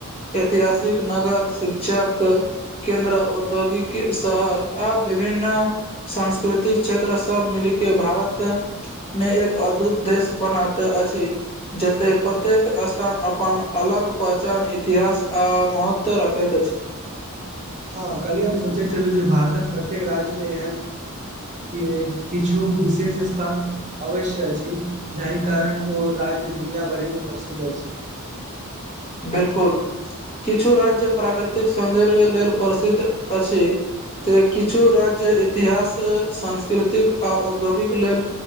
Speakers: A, on the left (about 25°); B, on the right (about 35°).
A: ऐतिहासिक नगर शिक्षक केन्द्र औद्योगिकी शहर आ विभिन्न सांस्कृतिक क्षेत्र सब मिलिकेँ भारत मे एक अद्भत देश बनाते अछि जतैय प्रत्येक स्थान अपन अलग पहचान इतिहास आ महत्व रखैत अछि
B: हँ कल्हि हम सोचै छलहुँ जे भारतक प्रत्येक राज्यमे एहेन की किछु विशेष स्थान अवश्य अछि जाहि कारण ओ राज्य दुनिया भरिमे प्रसिद्ध अछि
A: बिलकुल किछु राज्य प्राकृतिक सौन्दर्य लेल प्रसिद्ध अछि ते किछु राज्य इतिहास सांस्कृतिक आ औद्योगिक लेल